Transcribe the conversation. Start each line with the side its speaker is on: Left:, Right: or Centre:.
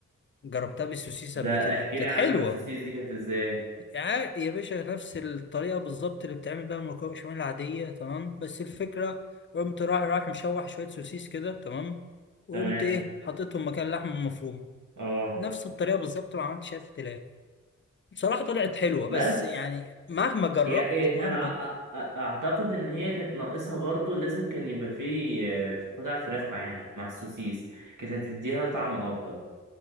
Left: جربتها بالسوسيس
Right: ده
Left: قبل كده
Right: احكي
Left: كانت
Right: لي عنها
Left: حلوه
Right: السوسيس دي كانت ازاي
Left: يا يا باشا نفس الطريقه بالظبط اللي بتعمل بيها المكرونه بشاميل العاديه تمام بس الفكره قمت رايح رايح مشوح شويه سوسيس كده تمام وقمت
Right: تمام
Left: ايه حطيتهم مكان اللحمه المفرومه
Right: اه
Left: نفس الطريقه بالظبط ما عملتش اي اختلاف بصراحة طلعت حلوة
Right: بس
Left: بس يعني مهما جربت
Right: هي هي- انا
Left: مهما
Right: أ- أ- اعتقد ان هي كانت ناقصها برضو لازم كان يبقى فيه آه، قطع فراخ معاها مع السوسيس كانت هتديها طعم افضل